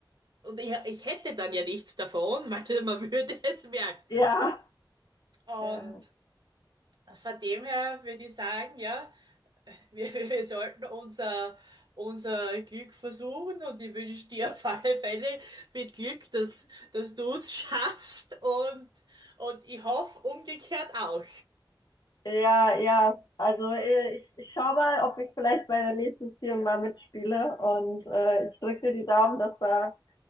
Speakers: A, on the right; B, on the left.
A: Und ich, ich hätte dann ja nichts davon, <laughs> weil man würde es merken.
B: Ja,
A: Und
B: Ja.
A: von dem her würde ich sagen, ja. Wir, wir wir sollten unser, unser Glück versuchen und ich wünsche dir auf alle Fälle viel Glück, dass, dass du es schaffst und, und ich hoffe umgekehrt auch.
B: ja, ja. Also, äh, ich, ich schau mal, ob ich vielleicht bei der nächsten Ziehung mal mitspiele. Und äh, ich drücke dir die Daumen, dass da